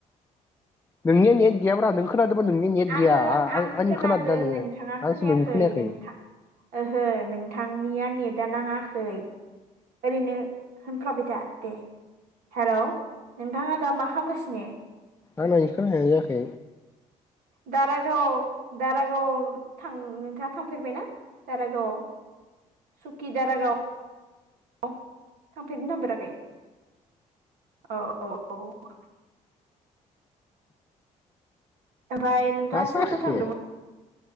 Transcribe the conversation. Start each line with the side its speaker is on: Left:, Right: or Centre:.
Left: नोंनिया नेद गैयाब्रा नों खोनाद <unintelligible> नोंनि नेट
Right: आङो
Left: गैया आ-आ-आंनि
Right: आं खोनादो
Left: खोनादोंना नोङो
Right: नोंथाङा
Left: आंसो नोंनिखो खोनायाखै।
Right: नोंथां ओहो नोंथांनिया नेटा नाङाखै ओरैनो होनफ्लाबायथा दे हेलौ नोंथाङा दा मा खालामगासिनो?
Left: आंना <unintelligible> जायाखै।
Right: दारागाव दारागाव थां नोंथाङा थांफेरबायना? दारागावआव सुकि दारागाव। औ थांफेरबाय ना थांफेराखै औ औ औ। ओमफाय नोंथाङा
Left: मा जाखो
Right: सोरदो थांदोंमोन?